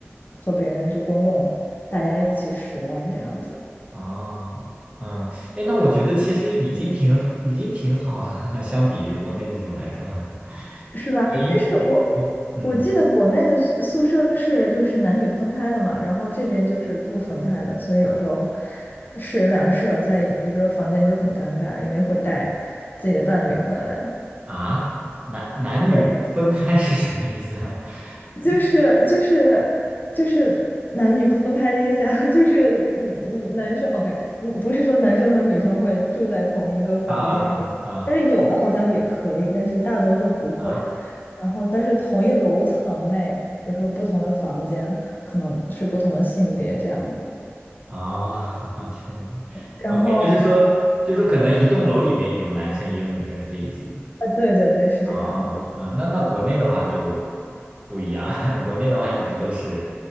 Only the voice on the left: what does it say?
和别人就公共大家一起使用这样子。
是吧？
但是我
我记得国内的宿宿舍是就是男女分开的嘛，然后这边就是不分开的，所以有时候室友两个室友在一个房间就很尴尬，因为会带自己的伴侣回来。
对，
就是就是就是男女不分开的意思呀，<laughs> 就是嗯嗯，男生 OK，嗯不是说男生和女生会住在同一个房间里，
但是有的好像也可以，但是大多数不会。
然后，但是同一楼层内，比如说不同的房间，可能是不同的性别这样子。
然后，
呃，对对对，是这个样子。